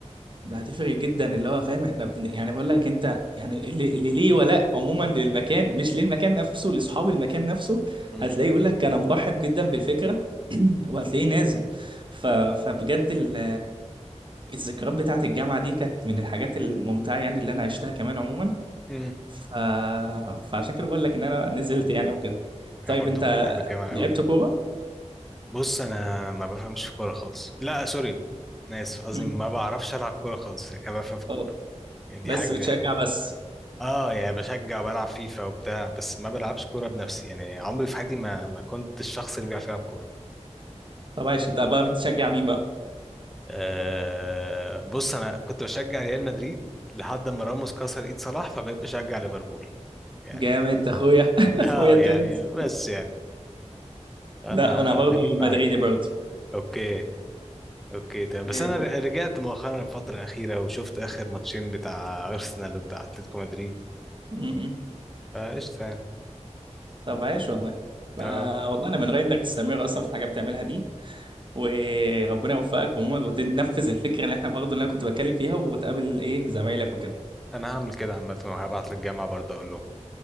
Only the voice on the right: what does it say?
ده هتفرق جدا اللي هو فاهم احنا بن... يعني بقول لك انت يعني اللي, اللي ليه ولاء عموما للمكان مش للمكان نفسه لاصحاب المكان نفسه
هتلاقيه يقول لك انا مرحب جدا بالفكره <clears throat> وهتلاقيه نازل ف... فبجد ال... الذكريات بتاعت الجامعه دي كانت من الحاجات الممتعه يعني اللي انا عشتها كمان عموما
ف... فعشان كده بقول لك ان انا نزلت يعني وكده
طيب
انت
لعبت
كوره
مم.
اه
بس
بتشجع
بس
طب عايش انت بقى بتشجع مين بقى
جامد اخويا <laughs> اخويا
التوينز
لا انا برضه
مدريدي
برضه
إيه.
م-م.
طب عايش والله ف-
والله انا من رايي انك تستمر اصلا في الحاجه بتعملها دي وربنا يوفقك ومو- وتنفذ الفكره اللي احنا برضه اللي انا كنت بتكلم فيها وتقابل ايه زمايلك وكده